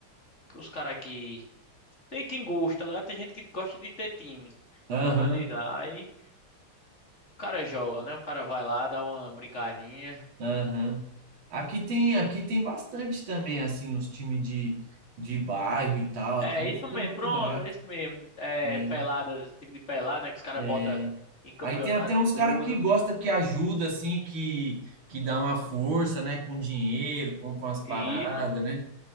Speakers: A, on the left; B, on the right.
A: que os caras aqui tem quem gosta, tá ligado? Tem gente que gosta de ter time,
B: Aham.
A: de organizar. Aí o cara joga, né? O cara vai lá, dá uma brincadinha.
B: Aham. Aqui tem, aqui tem bastante também, assim, os times de, de bairro e tal,
A: É
B: até os
A: isso mesmo,
B: campeonatos,
A: pronto, é isso mesmo. É,
B: né?
A: peladas, time de pelada, né? Que os caras
B: É.
A: botam em campeonato
B: Aí tem até uns
A: e tudo.
B: caras que gosta que ajuda, assim, que, que dá uma força, né? Com dinheiro, compra umas
A: E
B: paradas,
A: isso,
B: né?